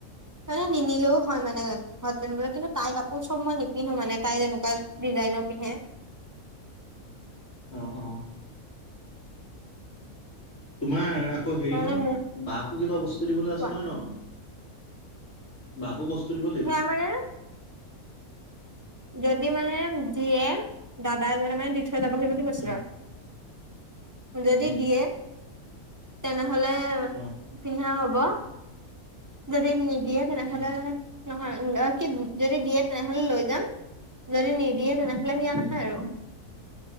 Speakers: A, on the right (about 15°); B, on the left (about 55°).
A: মানে নিনিলেও হয় মানে ঘৰত পিন্ধিবলৈ কিন্তু তাইৰ কাপোৰ চব মই নিপিন্ধো মানে তাই যেনেকুৱা। ডিজাইনৰ পিন্ধে।
B: অ অ' তোমাৰ আকৌ হেৰি
A: তাৰমানে
B: নহয়
A: মোক
B: বাকো কিবা বস্তু দিবলৈ আছে
A: কোৱা
B: নহয় ন? বাকো বস্তু দিব লাগিব।
A: সেয়া মানে যদি মানে দিয়ে দাদা এজনে মানে দি থৈ যাবহি বুলি কৈছিলে
B: উম
A: আও যদি
B: উম
A: দিয়ে তেনেহ'লে
B: অ
A: পিন্ধা হ'ব। যদি নিদিয়ে তেনেহ'লে।
B: উম
A: নহয় কি যদি দিয়ে তেনেহ'লে লৈ যাম যদি নিদিয়ে তেনেহ'লে নিয়া নহয়
B: উম
A: আৰু।